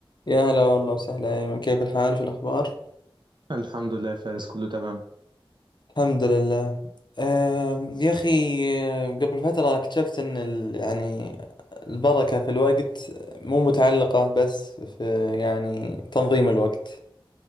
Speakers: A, on the left; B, on the right.
A: يا هلا والله وسهلا يا أيمن كيف الحال شو الأخبار؟
B: الحمد لله يا فارس كله تمام
A: الحمد لله آم، يا أخي آه، قبل فترة اكتشفت أن ال- يعني البركة في الوقت مو متعلقة بس في يعني تنظيم الوقت